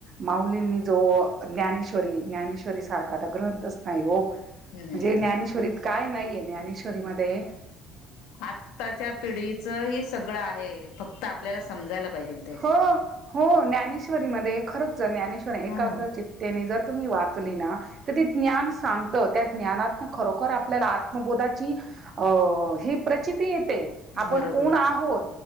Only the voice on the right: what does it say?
माउलींनी जो ज्ञानेश्वरी ज्ञाने- श्वसारखा ग्रंथच नाही हो म्हणजे
ज्ञानेश्वरत काय नाहीये ज्ञानेश्वरी मध्ये
हो हो ज्ञानेश्वरी मध्ये खरंच जर ज्ञानेश्वरी एकाग्र
चित्तेने जर तुम्ही वाचली ना तर ते ज्ञान सांगत त्या ज्ञानातन खरोखर आपल्याला आत्मबोधाची अ ही प्रचि ती येते आपण
आहोत